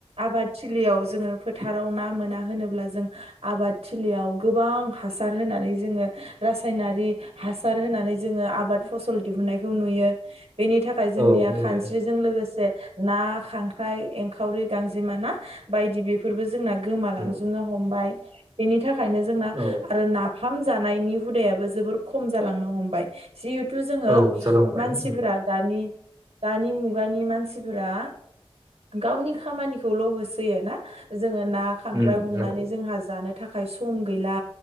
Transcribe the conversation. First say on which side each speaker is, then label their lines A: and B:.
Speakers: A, on the right; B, on the right.
A: आबाद थिलियाव जोङो फोथाराव ना मोना होनोब्ला जों आबाद थिलियाव गोबां हासार होनानै जोङो रासायनारि हासार होनानै जोङो आबाद फसल दिहुनन्नायखौ नुयो। बेनि थाखाय जोंनिया
B: औ नुयो
A: खानस्रिजों लोगोसे ना खांख्राइ एंखावरि गांजेमाना बायदि बेफोरबो जोंना गोमालांजोबनो
B: उम
A: हमबाय। एनि थाखा खायनो जोंना
B: औ
A: आरो ना फाम जानायनि हुदायाबो जोबोर खम जालांनो हमबाय‌ जिहेथु जोङो
B: औ जालांबाय
A: मानसिफोरा
B: उम
A: दानि दानि मुगानि मानसि फोरा गावनि खामानिखौल' होसोयो ना? जो जोङो ना खांख्राय
B: उम
A: हमनानै
B: नंगौ
A: जोंहा जानो थाखाय सम गैला